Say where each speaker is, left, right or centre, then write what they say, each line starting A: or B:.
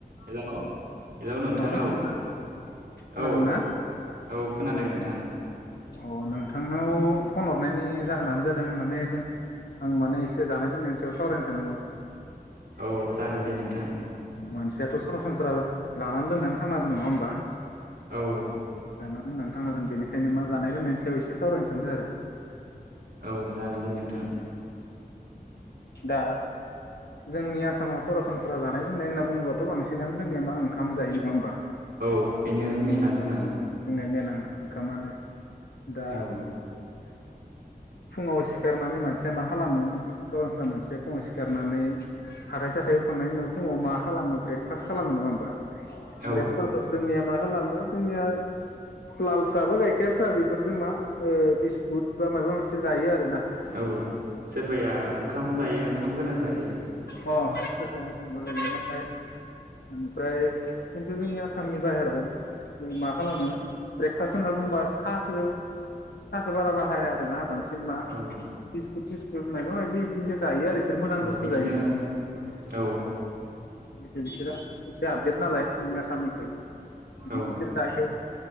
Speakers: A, on the right; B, on the left.
A: Hello hello
B: अ
A: नोंथां
B: खोनादोंना
A: औ
B: खोनादोंना
A: औ औ खोनादों
B: अ
A: नोंथां।
B: अ नोंथांनाव फन हरनायनि जाहोनानो जादों माने जों आं माने एसे जानाय लोंनायनि सायाव सावरायनो सानदोंमोन।
A: औ जागोन दे नोंथां
B: मानसियाथ' सरासनस्रा जानानै लोंनानै थांना दं नङा होमबा?
A: औ।
B: जाना लोंनानै थांना दों बेनिखायनो मा जानाय लोंनायनि सायाव एसे सावरायनो सानदो आरो।
A: औ जागोन दे नोंथां।
B: दा जोंनि आसामाव सरा सनस्रा जानाय लोंनाय होनना बुङोबाथ' बांसिनानो जोंनिया मा ओंखाम जायो नङा होमबा?
A: औ बेनो मेना जोंना।
B: जोंना मेना ओंखामानो दा
A: औ
B: फुङाव सिखारनानै मानसिया मा खालामो सरासनस्रा मानसिया फुङाव सिखारनानै हाथाय साथाय हुखांनायनि उनाव फुङाव मा खालामो ब्रेकफास्ट खालामो नङा होमबा?
A: औ
B: ब्रेकफास्टआव जोंनिया मा खालामो जोंनिया लाल सा बा गाइखेर सा बेफोरजों मा बिस्कुट बा माबा मोनसे जायो आरोना।
A: औ सोरबाया ओंखाम जायो ओंखाम गोजां जायो।
B: अ <unintelligible> ओमफ्राय खिन्थु जोंनि आसामनि बाहेराव मा खालामो फार्स होनना बुंबा साहखौ साहखौ बारा बाहाया आरोना बां जे मा
A: औ
B: बिस्कुट थिस्कुट माइबा माइबि बिदिनो जायो आरो बिसोर मोजां
A: औ
B: बुस्थु
A: बिदिनो
B: जायो।
A: औ
B: जिथु बिसोरा एसे आपदेट नालाय आसामनिफ्राय बिदिनो
A: औ
B: बिसोर जायो।